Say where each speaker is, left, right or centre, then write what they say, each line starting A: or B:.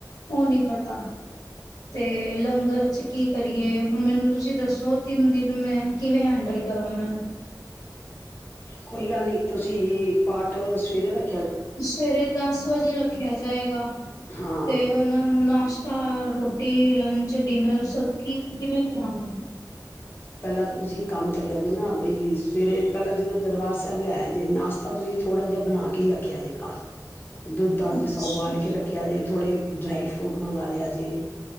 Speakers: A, on the left (about 55°); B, on the left (about 30°).
A: ਉਹ ਨੀ ਪਤਾ ਤੇ ਲੰਗਰ ਚ ਕੀ ਕਰੀਏ ਹੁਣ ਮੈਨੂੰ ਤੁਸੀਂ ਦੱਸੋ ਤਿੰਨ ਦਿਨ ਮੈਂ ਕਿਵੇਂ ਹੈਂਡਲ ਕਰਾਂ ਉਹਨਾਂ ਨੂੰ
B: ਕੋਈ ਗੱਲ ਨੀ ਤੁਸੀਂ ਪਾਠ ਸਵੇਰੇ ਰੱਖ
A: ਸਵੇਰੇ ਦਸ ਵਜੇ ਰੱਖਿਆ ਜਾਏਗਾ
B: ਹਾਂ
A: ਤੇ ਉਹਨਾਂ ਨੂੰ ਨਾਸ਼ਤਾ ਰੋਟੀ ਲੰਚ ਡਿਨਰ ਸਬ ਕੀ ਕਿਵੇਂ ਕਰਾਉਣਾ
B: ਪਹਿਲਾਂ ਤਾਂ ਤੁਸੀਂ ਇਕ ਕੰਮ- ਕਰਿਆ ਜੇ ਨਾ ਬਈ ਸਵੇਰੇ- ਪਹਿਲਾਂ ਜਦੋਂ ਦਰਬਾਰ ਸਾਹਿਬ ਲੈ ਆ ਜੇ ਨਾਸ਼ਤਾ ਤੁਸੀਂ ਥੋੜ੍ਹਾ ਜਿਹਾ ਬਣਾ ਕੇ ਹੀ ਰੱਖਿਆ ਜੇ ਘਰ- ਦੁੱਧ ਦਾ
A: ਅੱਛਾ
B: ਜਿਸ ਤਾ ਉਬਾਲ ਕੇ ਰੱਖਿਆ ਜੇ- ਥੋੜਾ ਡਰਾਈ ਫਰੂਟ ਮੰਗਵਾ ਲਿਆ ਜੇ-